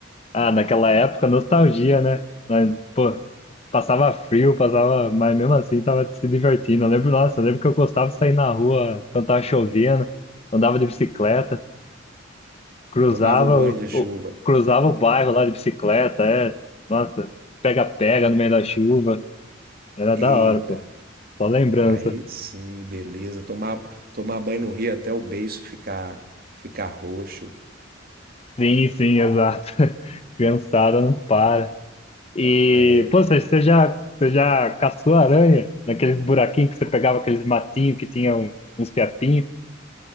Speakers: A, on the left; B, on the right.
A: Ah, naquela época, nostalgia, né? Nós, pô, passava frio, passava, mas mesmo assim tava se divertindo. Eu lembro, nossa, eu lembro que eu gostava de sair na rua quando tava chovendo, andava de bicicleta, cruzava
B: Tomava um banho
A: o,
B: de chuva.
A: o- cruzava o bairro lá de bicicleta, é, nossa, pega-pega no meio da chuva, era
B: Eita,
A: da hora, pô. Só lembrança.
B: aí sim, beleza. Tomar, tomar banho no rio até o beiço ficar, ficar roxo.
A: Sim, sim, exato. <laughs> Criançada não para. E,
B: É,
A: pô, você você já, você já caçou aranha naqueles buraquinhos que você pegava aqueles matinhos que tinham uns fiapinhos,